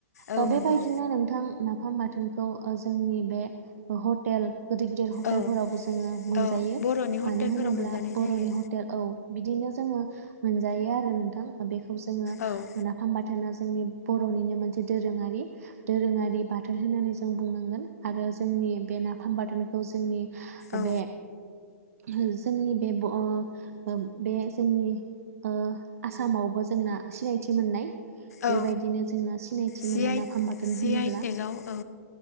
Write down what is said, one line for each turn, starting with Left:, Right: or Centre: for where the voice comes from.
Left: औ
Right: ओ बेबायदिनो
Left: नंगौ
Right: नोंथां नाफाम बाथोनखौ ओ जोंनि बे हटेल गिदिर गिदिर हटेलफोरावबो
Left: औ
Right: जोङो मोनजायो
Left: औ बर'नि
Right: मानो
Left: हटेलफोराव
Right: होनोब्ला
Left: मोनजानाय
Right: बर'नि
Left: जायो
Right: हटेल औ बिदिनो जोङो मोनजायो आरो नोंथां बेखौ जोङो
Left: औ
Right: नाफाम बाथोनाव जोंनि बर'निनो मोनसे दोरोङारि दोरोङारि बाथोन होननानै जों बुंनांगोन आरो जोंनि बे नाफाम बाथोनखौ जोंनि
Left: औ
Right: बे जोंनि बे ब ओ बे जोंनि ओ आसामावबो जोंना सिनायथि मोननाय
Left: औ
Right: बेबायदिनो जोंना सिनायथि सिनायथि
Left: जि
Right: मोन्नाय
Left: आइ
Right: नाफाम बाथोन
Left: जि
Right: होनोब्ला
Left: आइ टेकआव औ